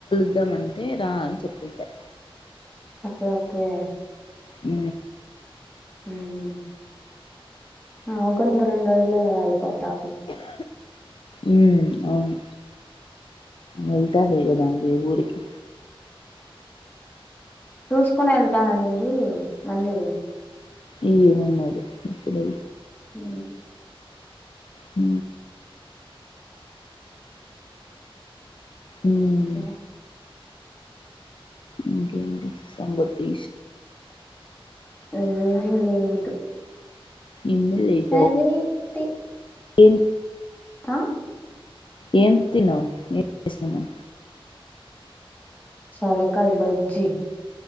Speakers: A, on the left; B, on the left.
A: ఇద్దం అంటే రా అని చెప్పేకే
B: ఓకే ఓకే
A: ఊ
B: ఊహు నాకు కూడా ఇంక రెండు రోజులే కదా అయిపోద్ద అస్
A: ఉమ్ అవును వేళ్తావే గద మీ ఊరికి
B: చూసుకుని వెళ్తాననింది మళ్ళీ
A: ఏమో మరి ఇప్పుడు
B: ఊ
A: హ ఉమ్
B: ఆ
A: ఇక ఏంటి సంగతులు
B: ఏం లేదు
A: ఏమి లేదు
B: సరే తి
A: ఏం
B: ఆ
A: ఏం తినవు ఏం చేస్తున్నావు
B: సోరకాయ బజ్జి